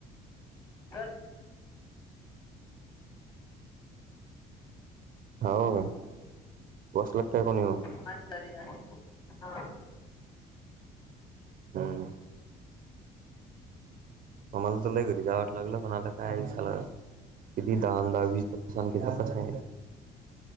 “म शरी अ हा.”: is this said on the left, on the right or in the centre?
Left